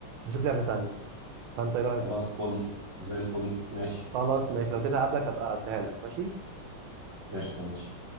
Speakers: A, on the right; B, on the right.
A: نشوف لعبه ثانيه فانت ايه رايك
B: خلاص فل زي الفل ماشي
A: خلاص ماشي لو كده هقابلك ابقى اديها لك ماشي
B: قشطه ماشي